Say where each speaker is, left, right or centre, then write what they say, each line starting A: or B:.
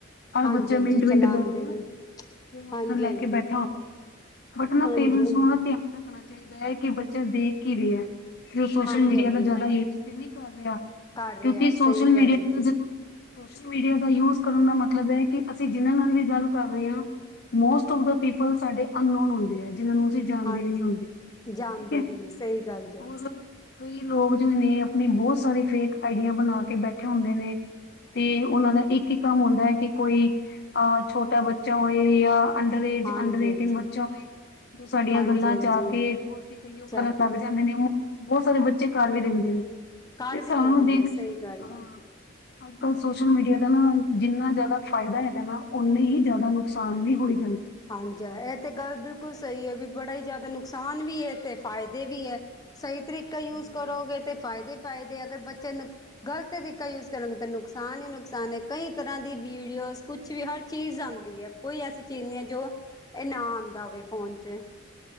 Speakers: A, on the left (about 55°); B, on the left (about 20°).
A: ਹਰ
B: ਹਾਂਜੀ
A: ਬੱਚੇ
B: ਹਾਂਜੀ
A: ਮਿੰਟ
B: ਚਲਾਉਂਦੇ
A: ਮਿੰਟ ਬਾਅਦ ਨਾ,,,,,,
B: ਨੇ
A: ਫੋਨ
B: ਹਾਂਜੀ
A: ਲੈ
B: ਹਾਂਜੀ
A: ਕੇ ਬੈਠਾ ਹੁੰਦੇ ਆ, ਬਟ
B: ਹਾਂਜੀ
A: ਪੇਰੈਂਟਸ
B: ਹਾਂਜੀ
A: ਨੂੰ ਨਾ ਧਿਆਨ ਰੱਖਣਾ ਚਾਹੀਦਾ। ਚਾਹੀਦਾ ਹੈ। ਕਿ ਬੱਚਾ ਦੇਖ ਹੀ ਰਿਹਾ,, ਕਿ ਉਹ ਸੋਸ਼ਲ
B: ਹਾਂਜੀ
A: ਮੀਡੀਆ
B: ਹਾਂਜੀ
A: ਦਾ ਜ਼ਿਆਦਾ ਯੂਜ ਤੇ ਨਹੀਂ ਕਰ ਰਿਹਾ,
B: ਕਰ
A: ਕਿਉਂਕਿ
B: ਰਿਹਾ
A: ਸੋਸ਼ਲ
B: ਸਹੀ
A: ਮੀਡੀਆ
B: ਗੱਲ ਹੈ
A: ਦਾ ਜਦੋਂ,,,, ਸੋਸ਼ਲ ਮੀਡੀਆ ਦਾ ਯੂਜ ਕਰਨ ਦਾ ਮਤਲਬ ਹੈ ਕਿ ਅਸੀਂ ਜਿਨਾਂ ਨਾਲ ਵੀ ਗੱਲ ਕਰ ਰਹੇ ਹਾਂ, ਮੋਸਟ ਆਫ ਦਾ ਪੀਪਲ ਸਾਡੇ ਅਨ ਨੋਨੁਨ ਹੁੰਦੇ ਹੈ ਜਿਹਨਾਂ ਨੂੰ, ਤੁਸੀਂ ਜਾਣਦੇ
B: ਹਾਂਜੀ
A: ਵੀ ਨਹੀਂ ਹੁੰਦੇ ਠੀਕ
B: ਜਾਣਦੇ
A: ਹੈ
B: ਵੀ ਨਹੀਂ ਸਹੀ ਗੱਲ ਜੀ
A: ਹੋ, ਕਈ ਲੋਕ ਜੋ ਨੇ ਆਪਣੇ ਬਹੁਤ ਸਾਰੇ ਫੇਕ ਆਈਡੀਆ ਬਣਾ ਕੇ ਬੈਠੇ ਹੁੰਦੇ ਨੇ, ਤੇ ਉਹਨਾਂ ਦਾ ਇੱਕ ਹੀ ਕੰਮ ਹੁੰਦਾ ਹੈ ਕਿ ਕੋਈ ਅਹ ਛੋਟਾ ਬੱਚਾ ਹੋਏ ਜਾਂ, ਅੰਡਰਏਜ
B: ਹਾਂਜੀ
A: ਅੰਡਰ ਏਟੀਨ
B: ਹਾਂਜੀ
A: ਬੱਚਾ ਹੋਏ, ਜੋ ਸਾਡੀਆਂ
B: ਹਾਂਜੀ
A: ਗੱਲਾਂ
B: ਹਾਂਜੀ
A: ਚ ਆ ਕੇ,, ਜੋ ਅਸੀਂ ਕਈਓ
B: ਚੱਕ
A: ਕਰਨ ਲੱਗ ਜਾਂਦੇ ਨੇ ਉਹ, ਬਹੁਤ ਸਾਰੇ ਬੱਚੇ ਘਰ ਵੀ ਦੇਖਦੇ ਨੇ
B: ਕਰ
A: ਤੇ,, ਸਾਨੂੰ
B: ਵੀ ਦਿੰਦੇ
A: ਦੇਖ
B: ਨੇ ਸਹੀ ਗੱਲ
A: ਹ,
B: ਆ
A: ਅੱਜਕੱਲ੍ਹ ਸੋਸ਼ਲ ਮੀਡੀਆ ਦਾ ਨਾ ਜਿੰਨਾ ਜ਼ਿਆਦਾ ਫਾਇਦਾ ਹੈਗਾ ਨਾ ਉਨੇ ਹੀ ਜ਼ਿਆਦਾ ਨੁਕਸਾਨ ਵੀ ਹੋਏ।
B: ਹਾਂਜੀ ਇਹ ਤੇ ਗੱਲ ਬਿਲਕੁਲ ਸਹੀ ਏ। ਬੜਾ ਹੀ ਜ਼ਿਆਦਾ ਨੁਕਸਾਨ ਵੀ ਏ ਤੇ ਫਾਇਦੇ ਵੀ ਐ ਸਹੀ ਤਰੀਕਾ ਯੂਜ
A: ਹਾਂਜੀ
B: ਕਰੋਗੇ ਤੇ ਫਾਇਦੇ ਈ ਫਾਇਦੇ ਅਗਰ ਬੱਚੇ ਨੂੰ ਗ਼ਲਤ ਤਰੀਕਾ ਯੂਜ ਕਰੋਗੇ ਤਾਂ ਨੁਕ ਨੁਕਸਾਨ ਹੀ ਨੁਕਸਾਨ ਨੇ ਕਈ ਤਰ੍ਹਾਂ ਦੀ ਵੀਡੀਓਜ ਕੁਛ ਵੀ ਹਰ ਚੀਜ਼ ਆਂਦੀ ਏ ਕੋਈ ਐਸੀ ਚੀਜ਼ ਨਹੀਂ ਜੋ ਇਹ ਨਾ ਆਂਦਾ ਹੋਵੇ ਫੋਨ ਚ।